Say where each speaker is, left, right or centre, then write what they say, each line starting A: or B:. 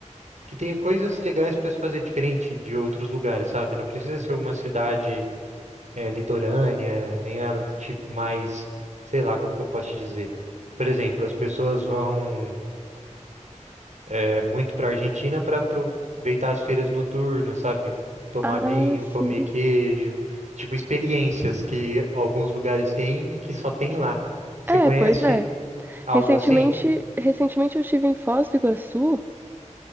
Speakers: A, on the right (about 65°); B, on the right (about 15°).
A: que tenha coisas legais para se fazer diferente de outros lugares, sabe? Não precisa ser uma cidade, é, litorânea, nem nada do tipo, mas, sei lá, como que eu posso te dizer? Por exemplo, as pessoas vão. é muito para a Argentina para aproveitar as feiras noturnas, sabe? Tomar
B: Ah,
A: vinho,
B: sim.
A: comer queijo, tipo experiências que alguns lugares têm e que só tem lá. Você
B: É,
A: conhece
B: pois é.
A: algo
B: Recentemente,
A: assim?
B: recentemente eu estive em Foz do Iguaçu